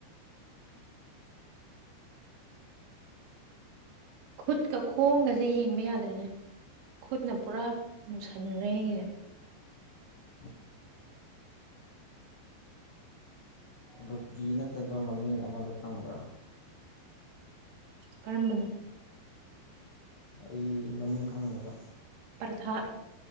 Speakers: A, on the right (about 85°); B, on the left (about 55°).
A: ꯈꯨꯠꯀ ꯈꯣꯡꯒꯁꯦ ꯌꯦꯡꯕ ꯌꯥꯗ꯭ꯔꯦꯅꯦ ꯈꯨꯠꯅ ꯄꯨꯔꯥ ꯃꯨꯁꯟꯈ꯭ꯔꯦꯁꯦ
B: <unintelligible> ꯔꯨꯇꯤ ꯅꯠꯇꯕ ꯃꯃꯤꯡ ꯑꯃꯗꯣ ꯈꯪꯕ꯭ꯔꯥ
A: ꯀꯔꯝꯕꯅꯣ
B: ꯑꯩ ꯃꯃꯤꯡ ꯈꯪꯅꯕ
A: ꯄꯔꯊꯥ